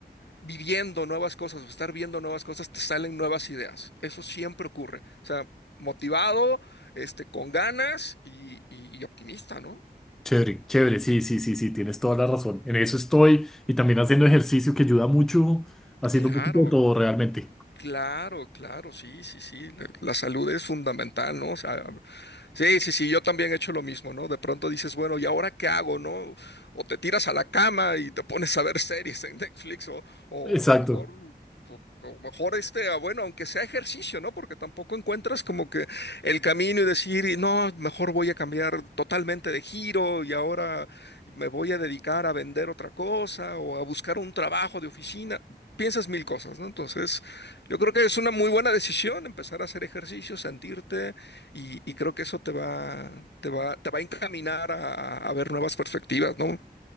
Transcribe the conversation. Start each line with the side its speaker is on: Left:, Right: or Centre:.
Left: viviendo nuevas cosas o estar viendo nuevas cosas te salen nuevas ideas. Eso siempre ocurre. O sea, motivado, este, con ganas y, y- y optimista, ¿no?
Centre: Chévere, chévere, sí, sí, sí, sí, tienes toda la razón. En eso estoy y también haciendo ejercicio que ayuda mucho, haciendo
Left: Claro.
Centre: un poquito de todo realmente.
Left: Claro, claro, sí, sí, sí. La, la salud es fundamental, ¿no? O sea, Sí, sí, sí, yo también he hecho lo mismo, ¿no? De pronto dices, bueno, ¿y ahora qué hago, no? O te tiras a la cama y te pones a ver series en Netflix, o, o,
Centre: Exacto.
Left: o mejor, o, o mejor este, ah, bueno, aunque sea ejercicio, ¿no? Porque tampoco encuentras como que el camino y decir, "Y no, mejor voy a cambiar totalmente de giro y ahora me voy a dedicar a vender otra cosa o a buscar un trabajo de oficina. Piensas mil cosas, ¿no? Entonces, yo creo que es una muy buena decisión empezar a hacer ejercicio, sentirte y, y creo que eso te va, te va, te va a encaminar a, a- a ver nuevas perspectivas, ¿no?